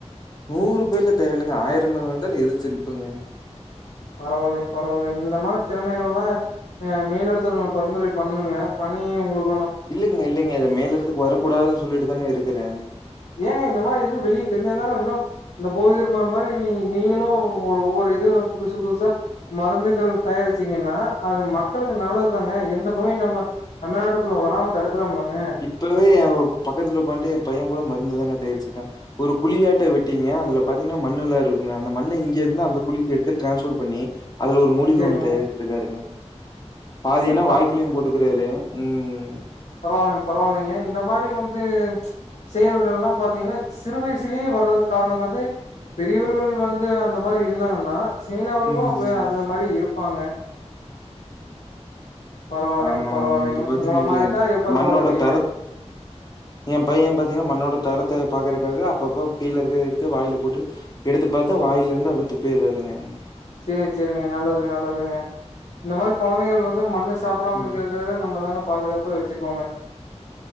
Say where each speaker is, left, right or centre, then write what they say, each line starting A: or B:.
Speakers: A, on the left; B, on the left.
A: நூறு பேர்ல தேவையில்லைங்க ஆயிரம் பேர் வந்தாலு எதிர்த்து நிப்போங்க
B: பரவாயில்லைங்க பரவாயில்லைங்க இந்த மாரி திறமைகள்லா ஆ மேல் எடதுல நா பரிந்துரை பண்ணுங்க பண்ணி உங்களுக்
A: இல்லைங்க இல்லைங்க இத மேல்லடத்துக்கு வரக்கூடாதுன்னு சொல்லிட்டு தாங்க இருக்கிறே
B: ஏ இந்த மாரி இது வெளிய தெரிஞ்சா தாங்க இன்னும் இந்த போதிதர்மன் மாதிரி நீ நீங்களும் ஒரு ஒவ்வொரு இது புதுசு புதுசா மருந்துகள் தயாரிச்சீங்கன்னா அது மக்களுக்கு நல்லதுதாங்க எந்த நோய் நம்ம தமிழ்நாட்டுக்குள்ள வராம தடுக்கலாம்லாங்க
A: இப்பவே என் பக்கத்துல உங்காட்டு என் பையே கூட மருந்துதாங்க தயாரிச்சிருக்கன் ஒரு குழியாட்டை வெட்டீங்க அதுல பாத்தீங்கன்னா மண்ணு எல்லாம் இருக்குங்க அந்த மண்ணை இங்க இருந்த அந்த குழிக்கு எடுத்து டிரான்ஸ்பர் பண்ணி அதுல ஒரு மூலிக
B: சேரிங்க
A: ஒன்னு தயாரிச்சுடுருக்காருங்க பாதி
B: சேரி
A: ஆனா வாய்க்குலயும் போட்டுக்கறாரு ம்
B: பரவாலைங்க பரவால்லைங்க இந்த மாரி வந்து செய்றதெல்லாம் பாத்தீங்கன்னா சிறு வயசுலேயே வர்றதுக்கு காரணம் வந்து பெரியவர்கள் வந்து அந்த மாரி இருந்தாங்கன்னா சின்னவர்களும்
A: ம்.
B: அப்ப அந்த மாரி இருப்பாங்க பரவாயில்லைங்க
A: ஆமா
B: பரவாயில்லைங்க
A: இப்ப பாத்தீங்கனவைங்க
B: உங்கள மாரித்தா இருப்பாரு
A: மண்ணோட
B: போல பைய
A: தரத் என் பையே பாத்தீங்கன்னா மண்ணோட தரத்தை பாக்கறகாக அப்பப்ப கீழ இருக்கிறத எடுத்து வாய்ல போட்டு எடுத்து பாத்து வாயிலருந்து அப்டியே துப்பிடுவாருங்க
B: செரி செரிங்க நல்லது நல்லதுங்க இந்த மாரி கொழந்தைகள் வந்து மண்ணு சாப்பிடாம
A: ம்.
B: இருக்கிறதுக்காக நம்ம தாங்க பாதுகாப்பா வச்சுக்கோனு